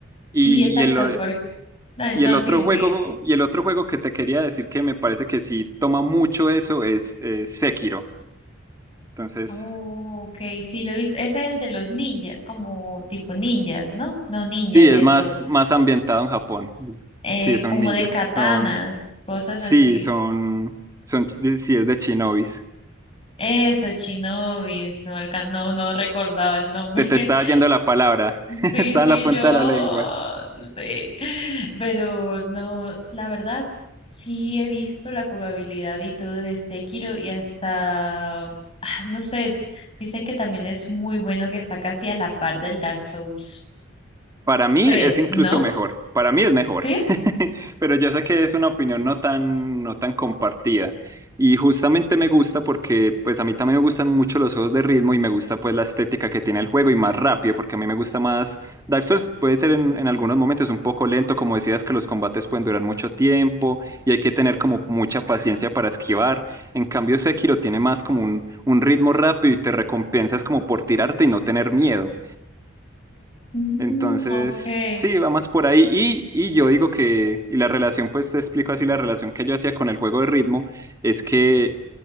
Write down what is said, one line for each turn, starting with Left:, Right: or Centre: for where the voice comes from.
Left: Sí,
Right: Y,
Left: exacto,
Right: y el,
Left: porque... ay,
Right: y
Left: No,
Right: el otro
Left: sigue, sigue.
Right: juego, y el otro juego que te quería decir que me parece que sí toma mucho eso es eh, Sekiro. Entonces,
Left: Oh, ok, sí lo he visto. Ese es el de los ninjas, como tipo ninjas, ¿no? No ninjas,
Right: sí, es
Left: esto,
Right: más, más ambientado en Japón.
Left: eh,
Right: Sí, son
Left: como
Right: ninjas.
Left: de katanas,
Right: Son,
Left: cosas
Right: sí,
Left: así.
Right: son, son, sí, es de shinobis.
Left: Eso, shinobis, no, alca- no, no recordaba el nombre.
Right: Te, te
Left: <laughs>
Right: estaba yendo la palabra. <laughs>
Left: Sí,
Right: Está
Left: sí,
Right: en la punta
Left: yo,
Right: de la lengua.
Left: sí. Pero no, la verdad, sí he visto la jugabilidad y todo de Sekiro y hasta, ah, no sé, dicen que también es muy bueno que está casi a la par del Dark Souls
Right: Para mí
Left: 3,
Right: es incluso
Left: ¿no?
Right: mejor, para mí es mejor,
Left: ¿Sí?
Right: <laughs> pero yo sé que es una opinión no tan, no tan compartida y justamente me gusta porque pues a mí también me gustan mucho los juegos de ritmo y me gusta pues la estética que tiene el juego y más rápido porque a mí me gusta más Dark Souls puede ser en, en algunos momentos un poco lento como decías que los combates pueden durar mucho tiempo y hay que tener como mucha paciencia para esquivar, en cambio Sekiro tiene más como un, un ritmo rápido y te recompensas como por tirarte y no tener miedo.
Left: Mm,
Right: Entonces,
Left: ok.
Right: sí, va más por ahí. Y, y yo digo que, y la relación, pues te explico así, la relación que yo hacía con el juego de ritmo es que